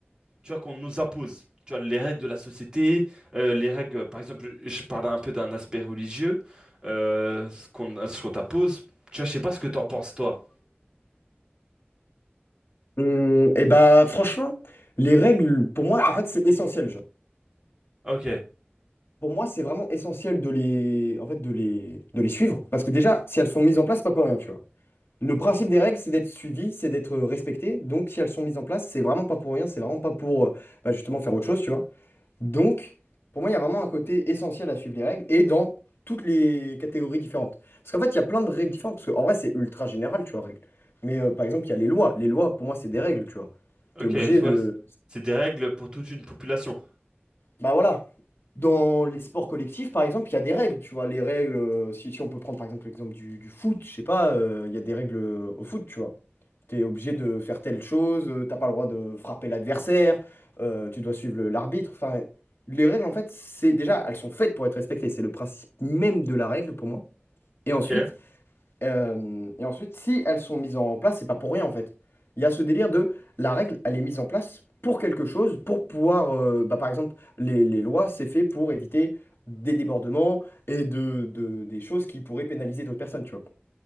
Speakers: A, on the right; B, on the left.
A: tu vois, qu'on nous impose? Tu vois, les règles de la société, euh, les règles, par exemple, je parle un peu d'un aspect religieux, euh, ce qu'on ce qu'on t'impose. Tu vois, je sais pas ce que t'en penses, toi.
B: Hum, et bah franchement, les règles, pour moi, en fait, c'est essentiel, genre.
A: Ok,
B: Pour moi, c'est vraiment essentiel de les, en fait, de les, de les suivre. Parce que déjà, si elles sont mises en place, c'est pas pour rien, tu vois. Le principe des règles, c'est d'être suivi, c'est d'être respecté. Donc, si elles sont mises en place, c'est vraiment pas pour rien, c'est vraiment pas pour, euh, bah, justement, faire autre chose, tu vois. Donc, pour moi, il y a vraiment un côté essentiel à suivre les règles et dans toutes les catégories différentes. Parce qu'en fait, il y a plein de règles différentes. Parce qu'en vrai, c'est ultra général, tu vois, règles. Mais euh, par exemple, il y a les lois. Les lois, pour moi, c'est des règles, tu vois. Tu
A: ok,
B: es obligé
A: tu vois,
B: Mm. de,
A: c'est des règles pour toute une population.
B: bah voilà. Dans les sports collectifs, par exemple, il y a des règles, tu vois. Les règles, euh, si, si on peut prendre par exemple l'exemple du, du foot, je sais pas, euh, il y a des règles euh, au foot, tu vois. T'es obligé de faire telle chose, euh, t'as pas le droit de frapper l'adversaire, euh, tu dois suivre le- l'arbitre. Enfin, les règles, en fait, c'est déjà, elles sont faites pour être respectées. C'est le principe même de la règle pour moi. Et
A: Ok.
B: ensuite, euh, et ensuite, si elles sont mises en place, c'est pas pour rien en fait. Il y a ce délire de la règle, elle est mise en place pour quelque chose, pour pouvoir, euh, bah, par exemple, les, les lois, c'est fait pour éviter des débordements et de, de- des choses qui pourraient pénaliser d'autres personnes, tu vois.